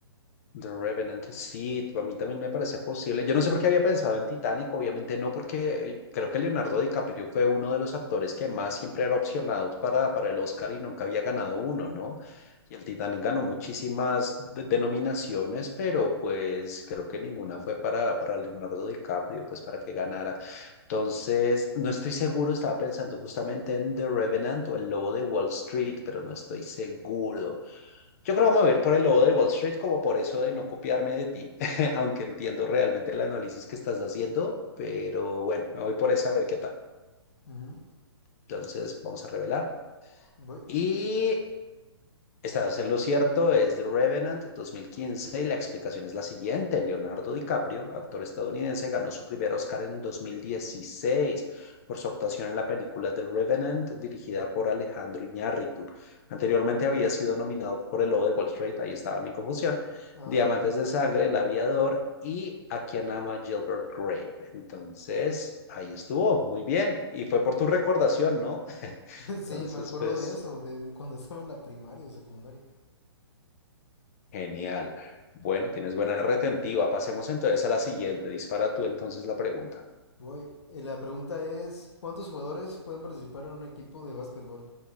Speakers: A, on the left; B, on the left.
A: The Revenant, sí, a mí también me parece posible. Yo no sé por qué había pensado en Titanic, obviamente no, porque eh, creo que Leonardo DiCaprio fue uno de los actores que más siempre era opcionados para, para el Oscar y nunca había ganado uno, ¿no? Y el Titanic ganó muchísimas de- denominaciones, pero pues creo que ninguna fue para, para Leonardo DiCaprio, pues para que ganara. Entonces, no estoy seguro, estaba pensando justamente en The Revenant o El Lobo de Wall Street, pero no estoy seguro. Yo creo que me voy a ir por el lobo de Wall Street como por eso de no copiarme de ti, <laughs> aunque entiendo realmente el análisis que estás haciendo, pero bueno, me voy por esa a ver qué tal.
B: Ujú.
A: Entonces vamos a revelar.
B: Voy.
A: Y Estás en lo cierto, es The Revenant 2015 y la explicación es la siguiente. Leonardo DiCaprio, actor estadounidense, ganó su primer Oscar en el 2016 por su actuación en la película The Revenant, dirigida por Alejandro Iñárritu. Anteriormente había sido nominado por El Lobo de Wall Street, ahí estaba mi confusión,
B: Ah,
A: Diamantes
B: ya. <laughs>
A: de Sangre, El Aviador y A quien ama Gilbert Grape. Entonces, ahí estuvo, muy bien. Y fue por tu recordación, ¿no?
B: Sí,
A: Entonces,
B: me acuerdo
A: pues...
B: de eso, de cuando estaba en la primaria o secundaria.
A: Genial. Bueno, tienes buena retentiva. Pasemos entonces a la siguiente. Dispara tú entonces la pregunta.
B: Voy. Eh, la pregunta es, ¿cuántos jugadores pueden participar en un equipo de básquetbol?